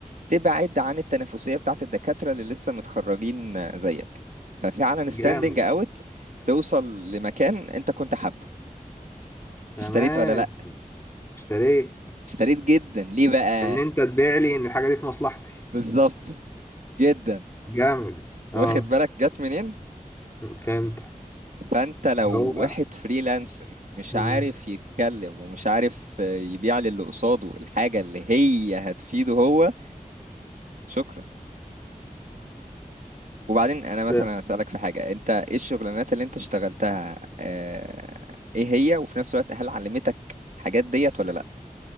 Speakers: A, on the right; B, on the left.
A: تبعد عن التنافسية بتاعت الدكاترة اللي لسه متخرجين زيك ففعلا ستاندنج
B: جامد
A: اوت توصل لمكان انت كنت حابه
B: تمام
A: اشتريت ولا لا
B: اشتريت
A: اشتريت جدا ليه بقى
B: ان انت تبيع لي ان الحاجه دي في مصلحتي
A: بالظبط جدا
B: جامد اه
A: واخد بالك جت منين
B: فهمت
A: فانت لو
B: هو
A: واحد فريلانسر مش
B: مم.
A: عارف يتكلم ومش عارف يبيع للي قصاده الحاجة اللي هي هتفيده هو شكرا وبعدين انا مثلا
B: فهمت.
A: اسالك في حاجه انت ايه الشغلانات اللي انت اشتغلتها آه، ايه هي وفي نفس الوقت هل علمتك الحاجات ديت ولا لا